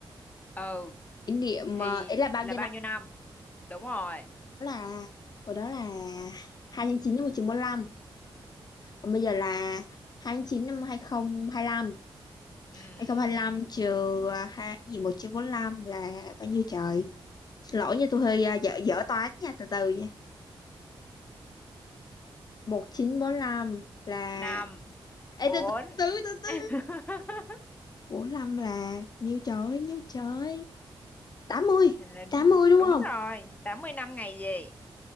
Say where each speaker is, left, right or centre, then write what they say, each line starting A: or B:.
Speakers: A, on the left (about 15°); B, on the left (about 45°).
A: Ừ,
B: kỷ niệm
A: thì
B: ờ, ấy là bao
A: là
B: nhiêu
A: bao
B: năm
A: nhiêu năm? Đúng rồi.
B: đó là hồi đó là hai tháng chín năm một nghìn chín trăm bốn mươi lăm còn bây giờ là 2 tháng 9 năm 2025
A: Ừm,
B: 2025 trừ ờ, hai gì 1945 là bao nhiêu trời Xin lỗi nha tôi hơi à, dở dở toán nha từ từ nha một chín bốn lăm là
A: 5,
B: Ê,
A: 4.
B: từ từ từ từ từ
A: <laughs>
B: bốn lăm là nhiêu trời nhiêu trời tám mươi
A: Nhìn lên
B: tám
A: đó.
B: mươi đúng
A: Đúng
B: không
A: rồi, 80 năm ngày gì?